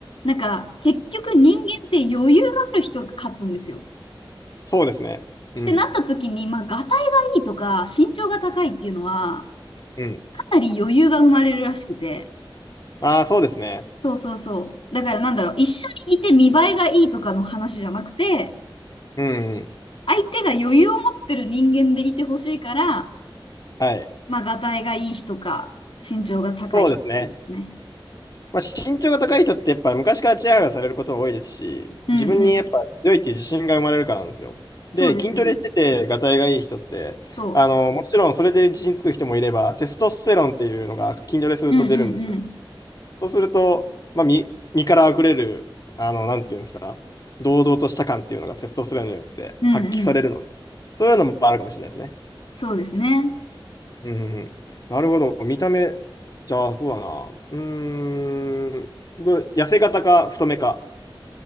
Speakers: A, on the left; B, on the left.
A: なんか、結局人間って余裕がある人が勝つんですよ。っ
B: そうですね。うん。
A: てなった時に、まあ、ガタイがいいとか、身長が高いっていうのは、
B: うん。
A: かなり余裕が生まれるらしくて。
B: ああ、そうですね。
A: そうそうそう。だからなんだろう、一緒にいて見栄えがいいとかの話じゃなくて、
B: うん。
A: 相手が余裕を持ってる人間でいてほしいから、
B: はい。
A: まあ、ガタイがいい人か、身長が高い人がいいですね。
B: そうですね。まあ、身長が高い人ってやっぱ昔からチヤホヤされることが多いですし、
A: うんうん。
B: 自分にやっぱ強いっていう自信が生まれるからなんですよ。
A: そうですよね。
B: で、筋トレしてて、がたいがいい人って、
A: そ
B: あの、もちろんそれで自信つく人もいれば、テストステロンっていうのが筋トレすると出るんですよ。
A: う。うんうんうん。
B: そうすると、まあ、身、身から溢れる、あの、なんていうんですか、堂々とした感っていうのがテストステロンによって発揮されるので、
A: うんうん。
B: そういうのもあるかもしれないですね。
A: そうですね。
B: うんうんうん。なるほど。見た目、じゃあ、そうだな。うーん。ど痩せ型か太めか。